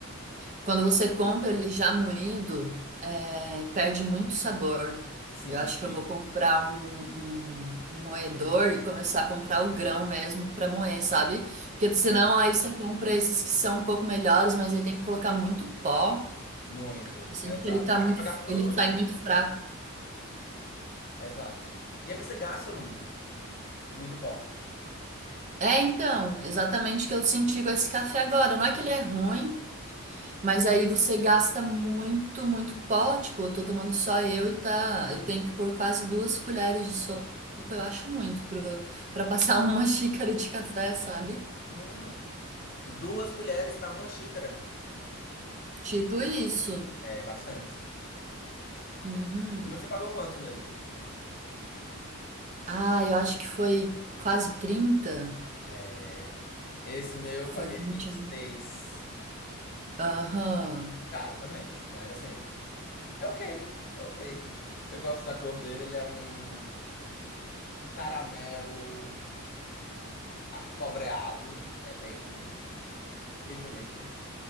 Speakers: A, on the right; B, on the left.
A: Quando você compra ele já moído, é, perde muito sabor.
B: Sim,
A: Eu acho que eu vou comprar um, um, um moedor e começar a comprar o grão mesmo para moer, sabe? Porque
B: foi.
A: senão aí você compra esses que são um pouco melhores, mas aí tem que colocar muito pó.
B: Muito,
A: Eu sinto
B: é, exato.
A: que ele tá
B: Acaba
A: muito,
B: gastando
A: ele
B: muito,
A: sai muito fraco.
B: É, exato. E aí você gasta muito, muito pó.
A: É, então, exatamente o que eu senti com esse café agora. Não é que ele é ruim. Mas aí você gasta muito, muito pó. Tipo, eu tô tomando só eu e tá. Eu tenho que pôr quase duas colheres de sopa, eu acho muito, pro- pra passar <laughs> uma xícara de café, sabe?
B: Hum, duas colheres pra uma xícara.
A: Tipo isso.
B: É bastante.
A: Uhum.
B: E você pagou quanto nele?
A: Ah, eu acho que foi quase trinta
B: É. Esse meu eu paguei
A: Foi vinte
B: vinte e
A: e
B: seis
A: um Aham.
B: Caro também, mas assim. É ok, é ok. Eu gosto da cor dele, ele é um, um caramelo acobreado. É bem, bem bonito.